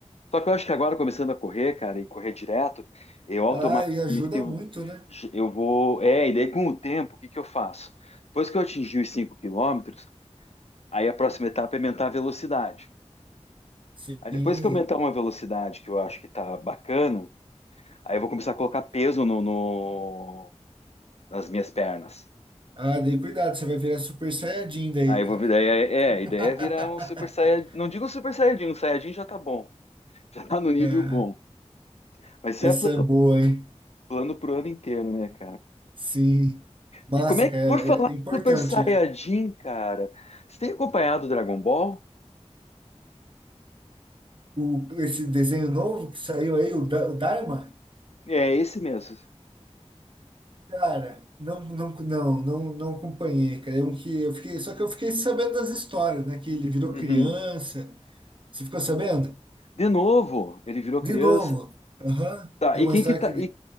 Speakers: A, on the left; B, on the right.
A: Só que eu acho que agora, começando a correr, cara, e correr direto, eu automaticamente
B: Ah, e ajuda
A: eu,
B: muito, né?
A: eu vou. É, e daí com o tempo, o que que eu faço? Depois que eu atingir os 5 quilômetros, aí a próxima etapa é aumentar a velocidade.
B: Sim.
A: Aí depois que eu aumentar uma velocidade que eu acho que tá bacana, aí eu vou começar a colocar peso no, no- nas minhas pernas.
B: Ah, daí cuidado, você vai virar super saiyajin daí,
A: Aí eu
B: cara.
A: vou virar. É,
B: <laughs>
A: é, a ideia é virar um super saiyajin. Não digo super saiyajin, um saiyajin já tá bom. Já tá no nível
B: É,
A: bom. Mas isso
B: essa
A: é plano,
B: é boa, hein?
A: plano pro ano inteiro, né, cara?
B: Sim. Massa,
A: E como é que,
B: cara,
A: por falar
B: é, é importante,
A: em Super Saiyajin,
B: né?
A: cara, você tem acompanhado o Dragon Ball?
B: O, esse desenho novo que saiu aí, o, Da- o Dharma,
A: É esse mesmo.
B: Cara, não, não, não, não, não acompanhei, cara. É um que eu fiquei, só que eu fiquei sabendo das histórias, né? Que ele virou
A: Uhum.
B: criança. Você ficou sabendo?
A: De novo, ele virou criança.
B: De novo. Aham.
A: Tá,
B: É
A: e
B: uma
A: quem
B: história
A: que tá.
B: que.
A: E